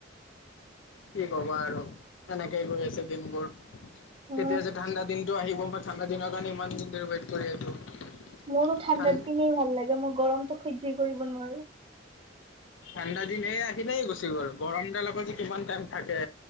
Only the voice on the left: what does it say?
কি কবা আৰু এনেকেই গৈ আছে দিনবোৰ,
কেতিয়া যে ঠাণ্ডা দিনতটো আহিব ম ঠাণ্ডা দিনৰ কাৰণে ইমান দিন ধৰি ৱেইট কৰি আছো।
ঠান
ঠাণ্ডা দিন এই আহিলেই গুচি গ'ল। গৰম দাৰ আক' যে কিমান টাইম থাকে।